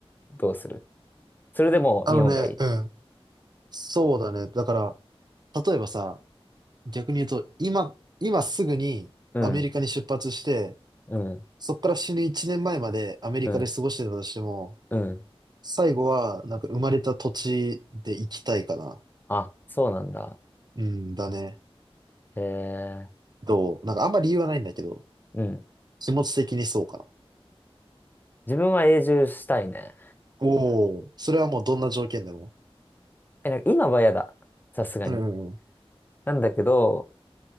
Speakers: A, on the left; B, on the right.
A: どうするそれでもう日本がいい
B: あのね、うん。そうだね。だから、例えばさ、逆に言うと、今、今すぐにアメリカに出発して、
A: うん、うん、
B: そっから死ぬ1年前まえまでアメリカで過ごしてたとしても、
A: うん、うん。
B: 最後は、なんか生まれた土地で生きたいかな。
A: あ、そうなんだ。
B: うんだね。
A: へえ、
B: どうなんかあんま理由はないんだけど、
A: うん。
B: 気持ち的にそうかな。
A: 自分は永住したいね。
B: おお、それはもうどんな条件でも。
A: え、なんか今は嫌だ。さすがに。
B: うん、うんうん。
A: なんだけど、